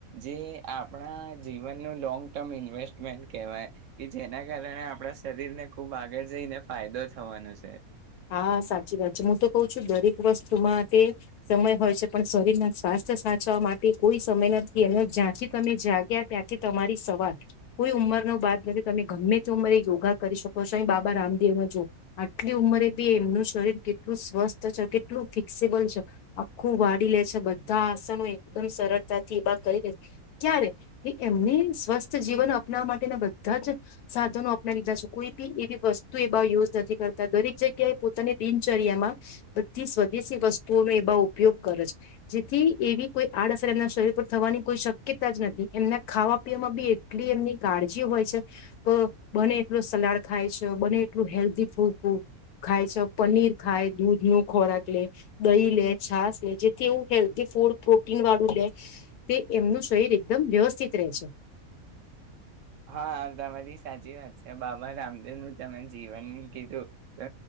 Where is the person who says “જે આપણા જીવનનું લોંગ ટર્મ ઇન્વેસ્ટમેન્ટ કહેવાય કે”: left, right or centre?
Right